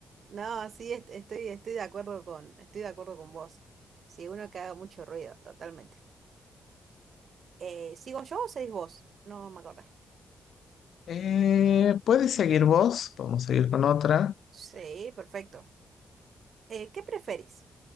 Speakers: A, on the right; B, on the left.
A: No, sí, est- estoy, estoy de acuerdo con, estoy de acuerdo con vos. Sí, uno que haga mucho ruido, totalmente. Eh, ¿sigo yo o seguís vos? No me acordé.
B: Eh, ¿puedes seguir vos? Podemos seguir con otra.
A: Sí, perfecto. Eh, ¿qué preferís?